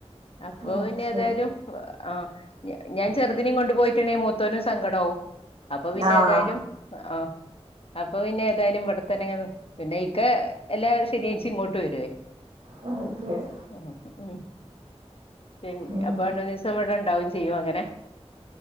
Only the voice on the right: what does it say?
ഉം ശരി
ആഹ്
അ ശരി
ഉം